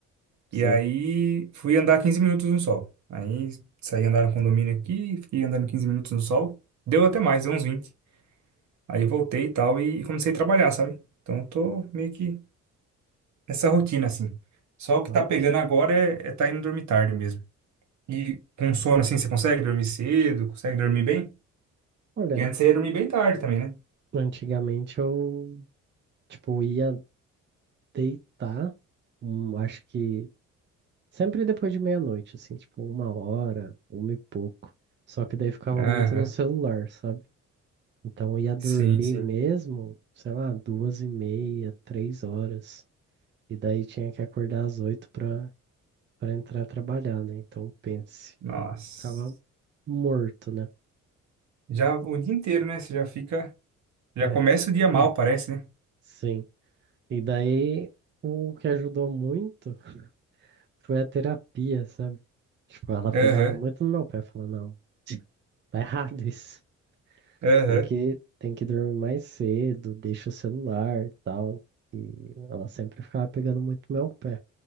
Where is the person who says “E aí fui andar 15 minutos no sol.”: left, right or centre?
Right